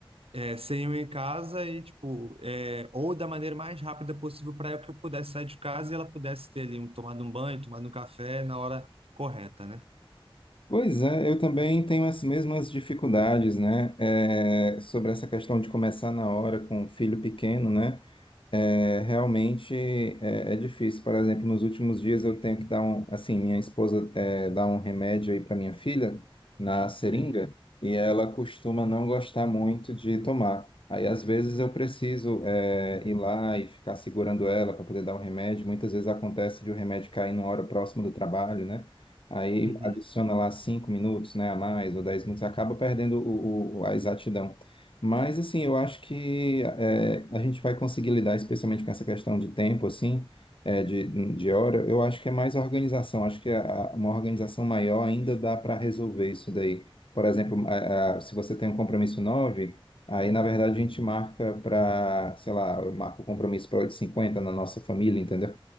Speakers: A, on the right (about 85°); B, on the left (about 65°).
A: é, sem eu ir em casa e, tipo, é, ou da maneira mais rápida possível para que eu pudesse sair de casa e ela pudesse ter ali, um, tomado um banho, tomado um café na hora correta, né?
B: Pois é, eu também tenho as mesmas dificuldades, né? É, sobre essa questão de começar na hora com um filho pequeno, né? É, realmente é, é difícil. Por exemplo, nos últimos dias eu tenho que dar um, assim, minha esposa é, dá um remédio aí para minha filha na seringa
A: Uhum,
B: e ela costuma não gostar muito de tomar. Aí às vezes eu preciso é, ir lá e ficar segurando ela para poder dar o remédio. Muitas vezes acontece de o remédio cair numa hora próxima do trabalho, né? Aí
A: uhum,
B: adiciona lá cinco minutos, né, a mais ou dez minutos, acaba perdendo o, o- a exatidão mas, assim, eu acho que é, a gente vai conseguir lidar, especialmente com essa questão de tempo, assim, é, de, de hora. Eu acho que é mais organização. Acho que a- uma organização maior ainda dá para resolver isso daí. Por exemplo, a- a- se você tem um compromisso nove aí, na verdade, a gente marca para, sei lá, eu marco o compromisso para 8 h cinquenta na nossa família, entendeu?